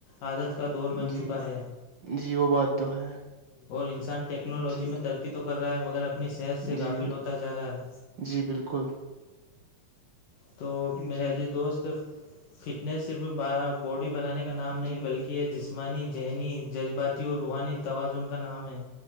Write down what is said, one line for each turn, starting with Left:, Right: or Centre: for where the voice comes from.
Left: عادت دور بن
Right: جی
Left: چکا ہے
Right: جی وہ بات تو ہے
Left: اور انسان ٹیکنالوجی
Right: جی
Left: میں ترقی تو کر رہا ہے مگر اپنی صحت سے گافل
Right: جی
Left: ہوتا جا رہا ہے
Right: جی بالکل
Left: تو میرے
Right: جی
Left: عزیز دوست فٹنس صرف باڈی بنانے کا نام نہیں
Right: جی
Left: بلکہ کہ یہ جسمانی ذہنی جذباتی اور روحانی توازن کا نام ہے